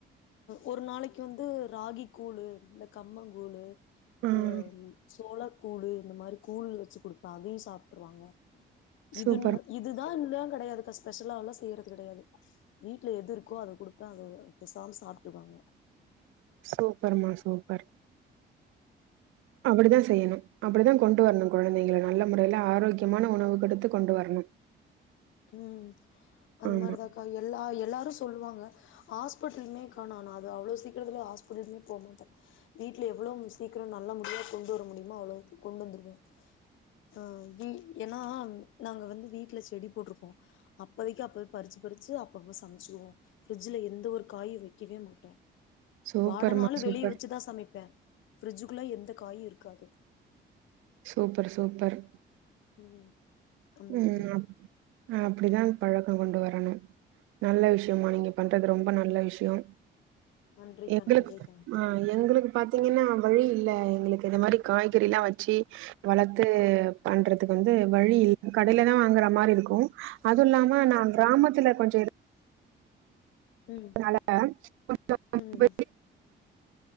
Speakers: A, on the left; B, on the right.
A: ஒரு நாளைக்கு வந்து ராகி கூழு இந்த கம்மங்கூழு
B: ம்
A: அ சோளக் கூழு இந்த மாரி கூழ் வெச்சு குடுப்பே அதையு சாப்ட்ருவாங்க
B: சூப்பர்
A: இதுன்னு இதுதா இத்தா கடையாதுக்கா ஸ்பெஷலாலா செய்றது கடையாது வீட்ல எது இருக்கோ அத குடுப்பே அத பெசாம சாப்ட்டுக்வாங்க
B: சூப்பர்மா சூப்பர் அப்டிதா செய்யணு அப்படித்தா கொண்டு வரணு குழந்தைங்கள நல்ல முறைல ஆரோக்கியமான உணவு கொடுத்து கொண்டு வரணு
A: ம் அந்த
B: ஆமா
A: மாரிதாக்கா எல்லா எல்லாரு சொல்லுவாங்க ஹாஸ்பிடலுமேகா நான் அது அவ்ளோ சீக்கரத்துல ஹாஸ்பிடல்குமே போ மாட்டே வீட்ல எவ்ளோ சீக்கிரோ நல்ல முடியா கொண்டு வர முடியுமோ அவ்ளோ கொண்டு வந்துடுவே ஆ வீ எனா நாங்க வந்து வீட்ல செடி போட்ருப்போ அப்போதைக்கு அப்ப பறிச்சு பறிச்சு அப்பப்ப சமச்சுக்குவோ ஃப்ரிட்ஜுல இருந்து ஒரு காய் வெக்கவே மாட்டோ
B: சூப்பர்மா
A: வாடனாளு வெளிய
B: சூப்பர்
A: வெச்சுதா சமைப்பே ஃப்ரிட்ஜுகுள்ள எந்த காயு இருக்காது
B: சூப்பர் சூப்பர்
A: ம் அந்த
B: ம்
A: மாரி
B: அப் அப்டிதான் பழக்கம் கொண்டு வரணும் நல்ல விஷ்யம்மா நீங்க பண்றது ரொம்ப நல்ல விஷ்யொம்
A: நன்றிக்கா
B: எங்களுக்
A: நன்றிக்கா
B: ஆ எங்களுக்கு பாத்தீங்கன்னா வழி இல்ல எங்களுக்கு இந்த மாரி காய்கறி எலாம் வெச்சி வளர்த்து பண்றதுக்கு வந்து வழி இல்ல கடைல தான் வாங்கற மாரி இருக்கு அதும் இல்லாம நா கிராமத்துல கொஞ்சொ
A: ம்
B: அதனால கொஞ்சொ <inaudible>
A: ம்